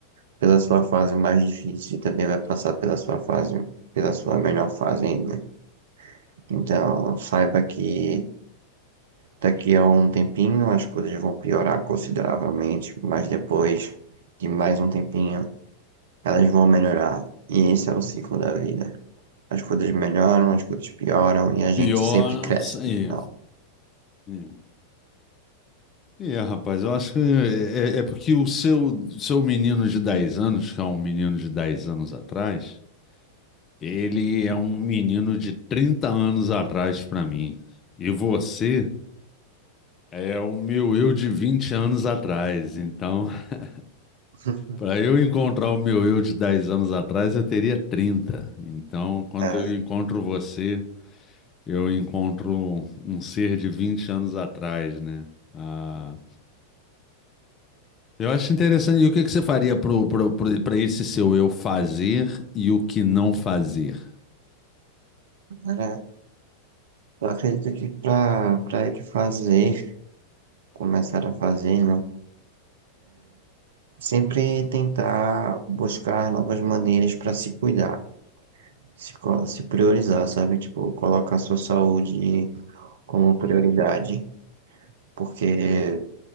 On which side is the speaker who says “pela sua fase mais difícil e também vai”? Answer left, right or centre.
Right